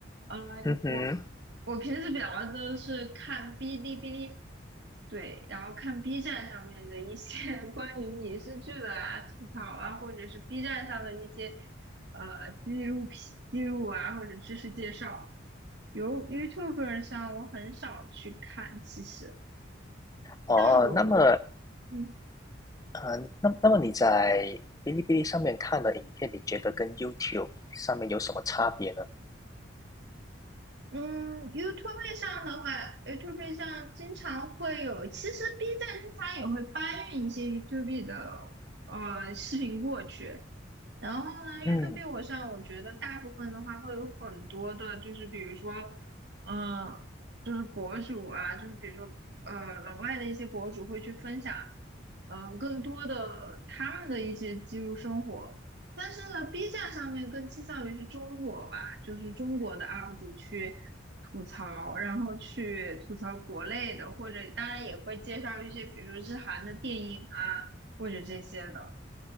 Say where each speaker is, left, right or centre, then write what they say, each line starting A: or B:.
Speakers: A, on the right; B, on the left.
A: 呃，
B: <laughs> 嗯哼，
A: 我我平时比较多是看哔哩哔哩，对，然后看 B 站上面的一些 <laughs> 关于影视剧的啊、吐槽啊，或者是 B 站上的一些呃纪录片、记录啊，或者知识介绍。由 YouTuber 上我很少去看，其实，
B: 哦，
A: 但我。
B: 那么
A: 嗯。
B: 嗯，那那么你在哔哩哔哩上面看的影片，你觉得跟 YouTube 上面有什么差别呢？
A: 嗯，YouTube 上的话，YouTube 上经常会有，其实 B 站经常也会搬运一些 YouTube 的呃视频过去，然后呢，YouTube
B: 嗯，
A: 我上我觉得大部分的话会有很多的，就是比如说，嗯、就是博主啊，就是比如说，呃，老外的一些博主会去分享，嗯、更多的他们的一些记录生活。但是呢，B 站上面更倾向于是中国吧，就是中国的 UP 主去吐槽，然后去吐槽国内的，或者当然也会介绍一些，比如说日韩的电影啊，或者这些的。